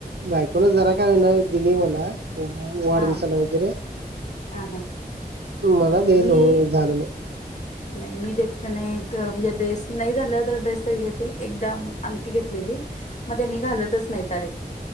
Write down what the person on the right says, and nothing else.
बायकोूनच जरा का ना दिणे मला. हो वाढदिवसाला
वगैरे-
मला तेच
उ झाारण